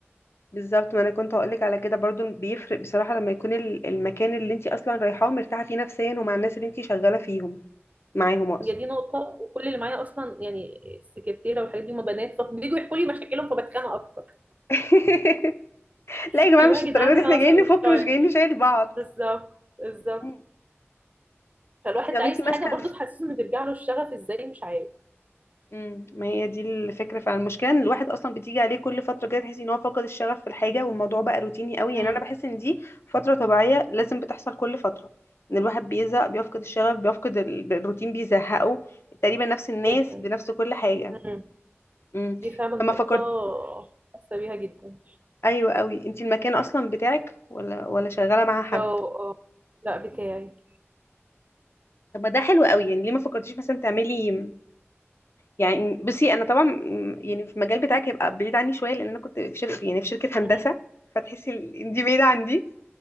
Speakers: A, on the left (about 60°); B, on the right (about 35°).
A: بالظبط ما انا كنت هقولك على كده برضو بيفرق بصراحة لما يكون ال- المكان اللي انت اصلا رايحاه مرتاحة فيه نفسيا ومع الناس اللي انت شغالة فيهم معاهم اقصد
B: هي دي نقطة وكل اللي معايا أصلا يعني السكرتيرة والحاجات دي هما بنات فبييجوا يحكوا لي مشاكلهم فبتخانق أكتر
A: <laughs>
B: <laughs>
A: لا يا جماعة
B: اللي
A: مش
B: هو يا
A: الدرجة
B: جدعان أنا
A: دي احنا جايين
B: أصلا
A: نفك
B: مش طايق
A: مش جايين نشيل بعض
B: بالظبط بالظبط
A: مم.
B: فالواحد
A: انت طب
B: عايز
A: انت ماسكة
B: حاجة برضو تحسسه إنه بيرجع له الشغف إزاي مش عارف
A: امم ما هي دي الفكره فعلا المشكله ان الواحد اصلا بتيجي عليه كل فتره كده تحس ان هو فقد الشغف في الحاجه والموضوع بقى روتيني قوي
B: امم
A: يعني انا بحس ان دي فتره طبيعيه لازم بتحصل كل فتره ان الواحد بيزهق بيفقد الشغف بيفقد ال- الروتين بيزهقه تقريبا نفس الناس
B: جدا
A: بنفس كل حاجه
B: امم
A: امم
B: دي فعلا نقطة
A: لما فكرت
B: حاسة بيها جدا
A: ايوه قوي انت المكان اصلا بتاعك ولا ولا شغاله مع حد
B: أه أه لا بتاعي
A: طب ما ده حلو قوي يعني ليه ما فكرتيش مثلا تعملي يعني بصي انا طبعا م- يعني في المجال بتاعك هيبقى بعيد عني شويه لان انا كنت في شركه يعني في شركه هندسه
B: امم
A: فتحسي ال- إن دي بعيده عن دي